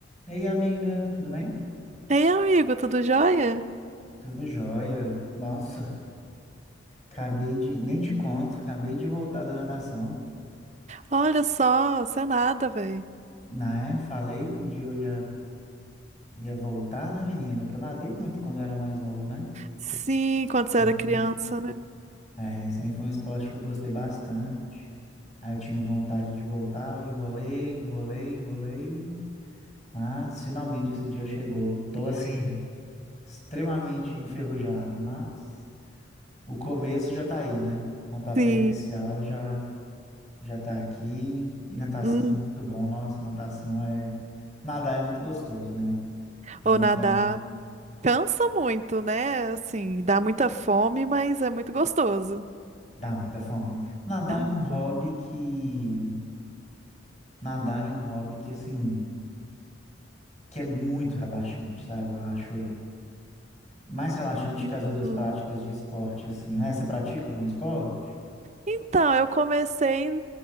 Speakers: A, on the left; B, on the right.
A: Ei, amiga, tudo bem?
B: Ei, amigo, tudo jóia?
A: Tudo jóia. Nossa, acabei de, nem te conto, acabei de voltar da natação,
B: Olha só, você é nada, velho.
A: né? Falei que um dia eu ia, ia voltar, né, menina? Que eu nadei muito quando eu era mais novo, né?
B: Sim, quando
A: Sempre
B: você era criança,
A: foi,
B: né?
A: é, sempre foi um esporte que eu gostei bastante. Aí eu tinha vontade de voltar, enrolei, enrolei, enrolei, mas finalmente esse dia chegou. Tô assim, extremamente enferrujado, mas o começo já tá aí, né? O pontapé
B: Sim.
A: inicial já já tá aqui. E natação
B: Hum,
A: é muito bom. Nossa, natação é. Nadar é muito gostoso, né? Junta
B: Ou nadar.
A: um.
B: Cansa muito, né? Assim, dá muita fome, mas é muito gostoso.
A: Dá muita fome. Nadar
B: Dá
A: é
B: muita
A: um hobby
B: fome.
A: que. Nadar é um hobby que, assim. Que é muito relaxante, sabe? Eu acho mais relaxante
B: Uhum.
A: que as outras práticas de esporte, assim, né? Você pratica algum esporte?
B: Então, eu comecei.